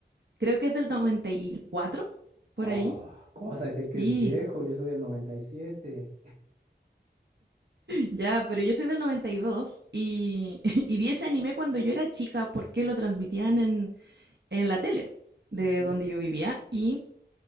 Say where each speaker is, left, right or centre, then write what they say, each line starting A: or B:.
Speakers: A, on the right; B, on the right.
A: creo que es del 94 por
B: Oh,
A: ahí.
B: ¿cómo vas a decir que
A: Sí,
B: es viejo? Yo soy del noventa y siete
A: Ya, pero yo soy del 92 y, dos y <laughs> y vi ese anime cuando yo era chica porque lo transmitían en, en la tele de
B: Ok.
A: donde yo vivía. Y,